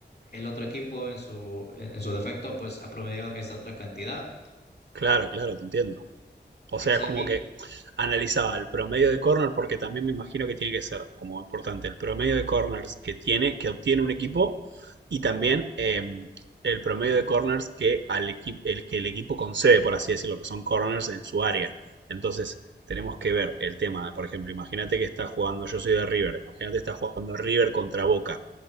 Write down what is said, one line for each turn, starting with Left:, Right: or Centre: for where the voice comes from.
Left: el otro equipo en su, en, en su defecto pues ha promediado esta otra cantidad.
Right: Claro, claro, te entiendo. O
Left: Exa-
Right: sea, es como
Left: y,
Right: que analizaba el promedio de corner porque también me imagino que tiene que ser como importante el promedio de corners que tiene, que obtiene un equipo y también eh, el promedio de corners que, al equi- el, que el equipo concede, por así decirlo, que son corners en su área. Entonces, tenemos que ver el tema, por ejemplo, imagínate que está jugando, yo soy de River, imagínate que está jugando River contra Boca